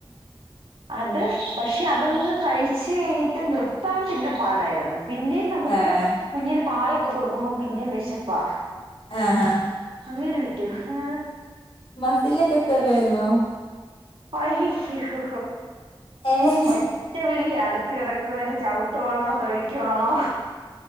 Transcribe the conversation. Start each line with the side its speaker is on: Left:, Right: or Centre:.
Right: അത് പക്ഷെ അതങ്ങ് കഴിച്ച് കഴിഞ്ഞിട്ട് നിർത്താൻ പിന്നെ പാടായിരുന്നു. പിന്നെയും നമുക്ക്
Left: ആഹ്
Right: കുഞ്ഞിന് പാലൊക്കെ കൊടുക്കുമ്പം പിന്നേും വിശപ്പാ.
Left: ആഹ ഹഹ.
Right: അങ്ങനെ പറ്റോ? ഹാ
Left: മസിലൊക്കെ കേറുവായിരുന്നോ?
Right: അയ്യോ
Left: ഏഹ്
Right: ഒറ്റ വിളി അടുത്ത കിടക് രെ ചവിട്ടുവാണോ തൊഴക്കുവാണോ